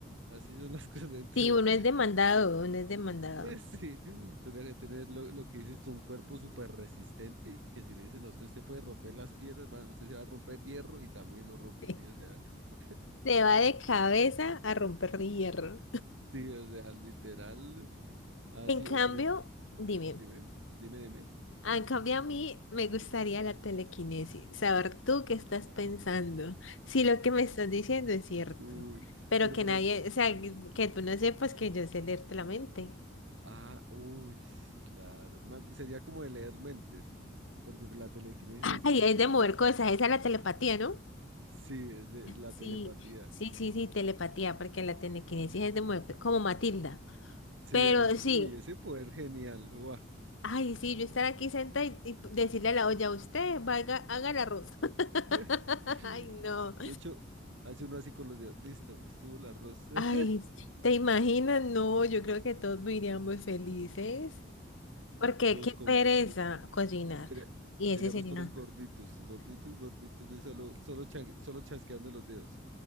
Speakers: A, on the right; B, on the left.
A: así son las <laughs> cosas. Entonces,
B: Sí, uno es demandado, uno es demandado.
A: <laughs> sí, tocaría tener lo, lo que dices, tú, un cuerpo súper resistente, que si le dicen a usted, usted puede romper las piedras, va- usted se va a romper hierro y también lo rompe,
B: Sí.
A: sí, o sea, <laughs>
B: Se va de cabeza a romper hierro.
A: sí, o sea, literal, así,
B: En cambio,
A: o por ejemplo,
B: dime,
A: dime, dime, dime,
B: ah, en cambio a mí me gustaría la telequinesis, saber tú qué estás pensando, si lo que me estás diciendo es cierto,
A: uy.
B: pero
A: Pero
B: que
A: por
B: nadie,
A: ejemplo,
B: o sea, que que tú no sepas que yo sé leerte la mente.
A: Ah, uy, claro. Ma- Sería como de leer mentes, porque la telequinesis así
B: Ay,
A: completa,
B: es de mover cosas, esa es la telepatía, ¿no?
A: sí, es de la
B: Sí,
A: telepatía.
B: sí, sí, sí, telepatía, porque la telequinesis es de muerte, como Matilda.
A: Sí,
B: Pero
A: Alex,
B: sí,
A: uy, ese poder genial, guau.
B: ay, sí, yo estar aquí sentada y, y decirle a la olla, usted vaya, haga la arroz. <laughs>
A: <laughs>
B: Ay, no.
A: De hecho, hace uno así con los dedos, listo, estuvo la rosa,
B: Ay,
A: <laughs>
B: ¿te imaginas? No, yo creo que todos viviríamos felices. Porque
A: todos
B: qué pereza
A: comiendo.
B: cocinar.
A: Sería-
B: Y
A: seríamos
B: ese sería.
A: todos gorditos, gorditos, gorditos, de solo, solo, cha- solo chasqueando los dedos.